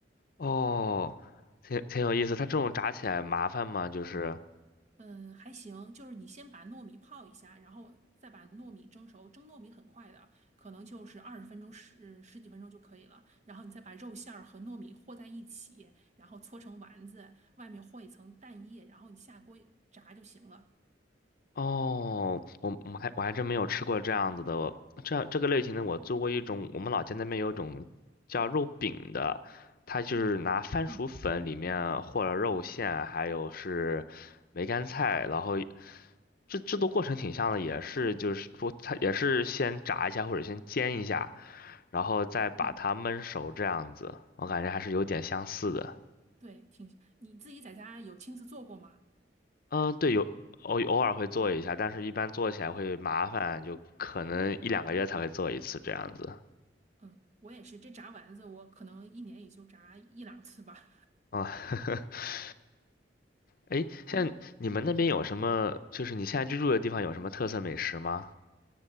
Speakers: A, on the left; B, on the right.
A: 哦，挺挺有意思。它这种炸起来麻烦吗？就是
B: 嗯，还行，就是你先把糯米泡一下，然后再把糯米蒸熟。蒸糯米很快的，可能就是二十分钟十十几分钟就可以了。然后你再把肉馅儿和糯米和在一起，然后搓成丸子，外面和一层蛋液，然后你下锅炸就行了。
A: 哦，我我还我还真没有吃过这样子的，这这个类型的我做过一种，我们老家那边有一种叫肉饼的，它就是拿番薯粉里面和了肉馅，
B: 嗯
A: 还有是梅干菜，然后制制作过程挺像的，也是就是说它也是先炸一下或者先煎一下，然后再把它焖熟这样子，
B: 嗯，
A: 我感觉还是有点相似的。
B: 对，挺，你自己在家有亲自做过吗？
A: 嗯，对，有偶偶尔会做一下，但是一般做起来会麻烦，就可能一两个月才会做一次这样子。
B: 嗯，我也是，这炸丸子我可能一年也就炸一两次吧。
A: 啊，<laughs> 哎，像你们那边有什么？
B: <laughs> 嗯嗯。
A: 就是你现在居住的地方有什么特色美食吗？